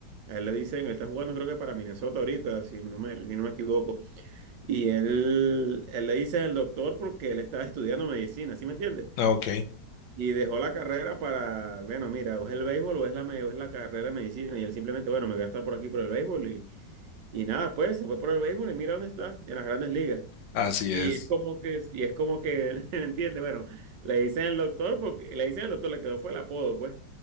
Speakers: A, on the right; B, on the left.
A: A él le dicen, él está jugando creo que para Minnesota ahorita, si no me, si no me equivoco. Y él, él le dice el doctor porque él estaba estudiando medicina, ¿sí me entiendes?
B: Ah, Ok.
A: Y dejó la carrera para, bueno, mira, o es el béisbol o es la, me- o es la carrera de medicina. Y él simplemente, bueno, me voy a estar por aquí por el béisbol y, y nada, pues se fue por el béisbol y mira dónde está, en las grandes ligas.
B: Así
A: Y
B: es,
A: es como que, y es como que, <laughs> ¿me entiendes? Bueno, le dicen al doctor, porque le dicen al doctor, le quedó fue el apodo, pues.